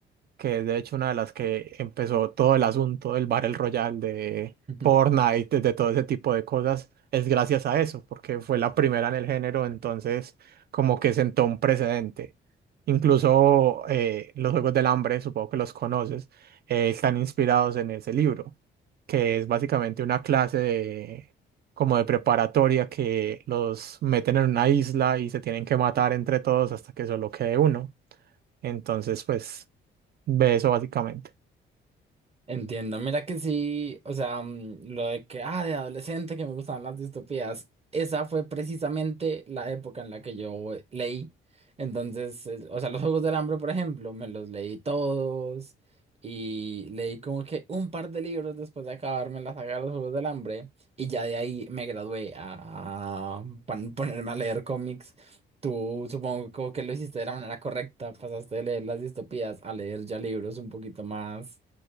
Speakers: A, on the right (about 50°); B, on the right (about 30°).
A: que es de hecho una de las que empezó todo el asunto del Battle Royale, de
B: <laughs>
A: Fortnite, de todo ese tipo de cosas, es gracias a eso, porque fue la primera en el género, entonces como que sentó un precedente. Incluso eh, los Juegos del Hambre, supongo que los conoces, eh, están inspirados en ese libro, que es básicamente una clase de, como de preparatoria que los meten en una isla y se tienen que matar entre todos hasta que solo quede uno. Entonces, pues... Ve eso básicamente.
B: Entiendo, mira que sí, o sea, mm, lo de que, ah, de adolescente que me gustaban las distopías, esa fue precisamente la época en la que yo leí. Entonces, eh, o sea, los Juegos del Hambre, por ejemplo, me los leí todos y leí como que un par de libros después de acabarme la saga de los Juegos del Hambre y ya de ahí me gradué a, a pon- ponerme a leer cómics. Tú supongo como que lo hiciste de la manera correcta, pasaste de leer las distopías a leer ya libros un poquito más